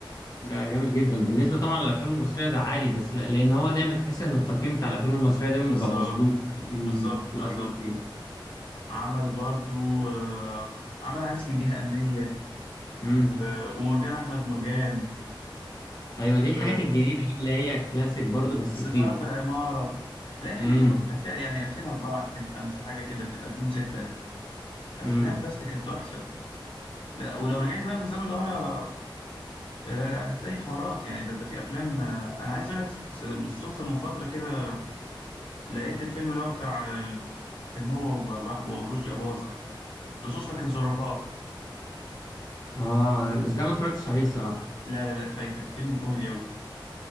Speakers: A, on the left; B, on the left.
A: ده جامد جدا بالنسبه طبعا للافلام المصريه ده عالي بس ل- لان هو دايما تحس ان التقييم بتاع الافلام المصريه دايما
B: بالظبط
A: بيبقى مظلوم في ال-
B: بالظبط
A: في الأي
B: بالظبط
A: ام دي بي.
B: عمل برضو آه عمل عريس من جهة أمنية
A: امم
B: و- ومرجان أحمد مرجان
A: ايوه دي الحاجات
B: و-
A: الجديده بقى اللي هي كلاسيك برضو بس
B: والسفارة
A: جديده
B: في العمارة لا الحاجات
A: امم
B: دي برضو كانت فيها يعني 2004 2005 حاجة كده في 2006 أفلام
A: امم
B: بس كانت تحفة لا ولو رجعت بقى بالزمن لورا لا لا هتلاقي حوارات يعني ده انت في افلام آه، انا عايز اقول لك س- س- بالصدفه من فتره كده لقيت الفيلم اللي هو بتاع آه، كان هو و- و- ورشدي اباظه لصوص لكن ظرفاء
A: اه بس ده ما اتفرجتش عليه الصراحه
B: لا لا لا فايتك فيلم كوميدي قوي